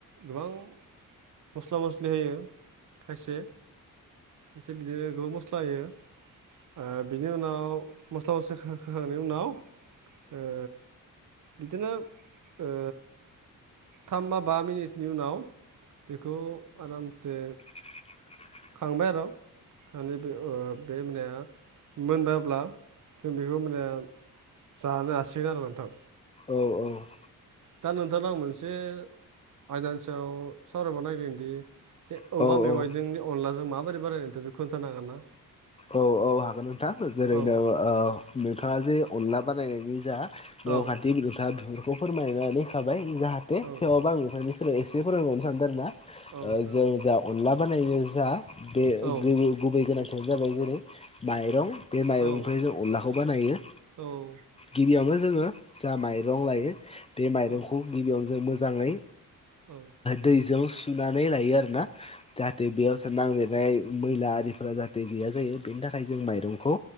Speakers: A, on the right (about 65°); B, on the left (about 20°).
A: गोबां मस्ला मस्लि होयो। खायसे खायसे बिदिनो गोबां मस्ला होायो। ओ बिनि उनाव मस्ला मस्लि हो-होखांनायनि उनाव ओ बिदिनो ओ थाम बा बा मिनिटनि उनाव बेखौ आरामसे
B: <inaudible>
A: खांबाय आरो <unintelligible> मोनब्ला जों बेखौ माने जानो हासिगोन आरो नोंथां।
B: औ औ।
A: दा नोंथांनाव आं मोनसे आयदा नि सायाव सरायबावनो नागिरदों दि बे
B: औ
A: औव मेवाइजों अनलाजों माबोरै बानयो बेखौ खोनथानानो हागोन ना?
B: औ औ हागोन नोंथां जेरैनो
A: औ
B: ओ नोंथाङा जे अनला बानायनायनि जा नेमखान्थि
A: औ
B: <unintelligible> बेफोरखौ फोरमायनानै होखाबाय जाहाथे
A: औ
B: थेवबो आं नोंथांनि एसे फोरोंबावनो सानदों आरोना
A: औ नोंथां
B: ओ जों जा अनला बानायनो जा बे
A: औ
B: गुबै गोनांथियानो जाबाय जेरै माइरं बे माइरंनिफ्राय
A: औ
B: जों अनलाखौ बानायो।
A: औ औ
B: गिबियावनो जोङो जा माइरं लायो बे माइरंखौ
A: औ
B: गिबियावनो जों मोजाङै
A: औ।
B: दैजौ सुनानै लायो आरो ना जाहाथे बेयाव सोर नांलिरनाय मैला आरिफोरा जाहाथे गैया जायो बेनि थाख खाय जों माइरंखौ